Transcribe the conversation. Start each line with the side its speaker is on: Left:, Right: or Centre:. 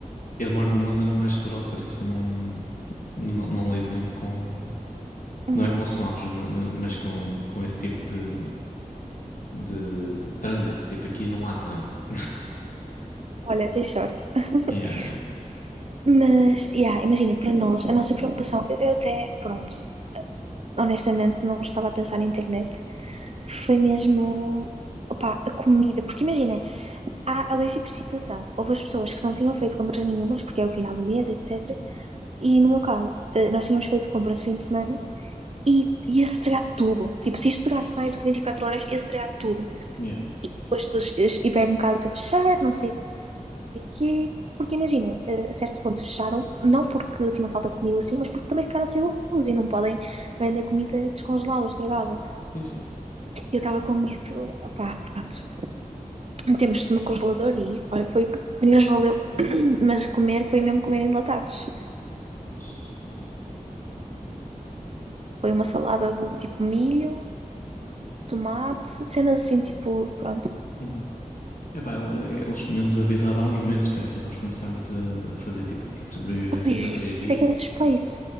Left: eu moro numa zona mais rural, por isso eu não, não, não lido muito com.
Right: Uhum.
Left: Não é com semáforos, ma- ma- mas com, com esse tipo de, de trânsito. Tipo, aqui não há trânsito.
Right: Olha, tens sorte. <laughs>
Left: Yeah, yeah,
Right: Mas, yeah, imagina, para nós, a nossa preocupação, eu, eu até, pronto, honestamente não estava a pensar na internet, foi mesmo, opá, a comida, porque imagina, há a leis de situação, houve as pessoas que não tinham feito compras nenhumas, porque é o final do mês, etc. E no meu caso, eh, nós tínhamos feito compras o fim de semana, e ia estragar tudo. Tipo, se isto durasse mais do que 24 horas, ia estragar tudo.
Left: yeah.
Right: Depois, depois os hipermercados a fechar, não sei o quê. Porque imagina, eh, a certo ponto fecharam, não porque tinham falta de comida assim, mas porque também ficaram sem luz e não podem vender comida descongelada ou estragada.
Left: Sim, sim.
Right: eu estava com medo, opá, pronto. Metemos no congelador e olha, foi que nos valeu. <clears throat> <coughs> Mas comer foi mesmo comer enlatados.
Left: Isso.
Right: Foi uma salada de tipo milho, tomate, cenas assim, tipo, pronto.
Left: Uhum. Epá, ele- eh, eles tinham-nos avisado há uns meses que era para nós começarmos a a fazer tipo um kit de sobrevivência
Right: Ui,
Left: para três
Right: isto
Left: dias.
Right: é que é suspeito.